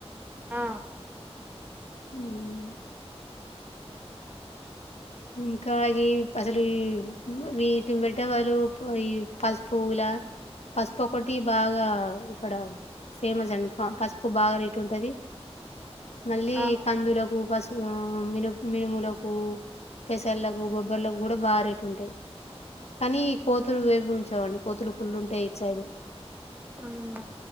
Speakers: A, on the right (about 15°); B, on the left (about 75°).
A: ఆ
B: హ్మ్ ఇంకా ఈ అసలు ఈ వీటిని బట్టే బదులు ఈ పసుపు ఇలా పసుపు ఒకటి బాగా ఇక్కడ ఫేమస్ అండి పసుపు బాగా రేటు ఉంటది మళ్ళీ
A: ఆ
B: కందులకు పస్ ఆ మిన మినుములకు పెసర్లకు బొబ్బర్లకు కూడ బాగా రేటు ఉంటాయి కానీ కోతులు వేవి ఉంచావండి కోతులు ఫుల్ ఉంటాయి ఈ సైడు
A: అవున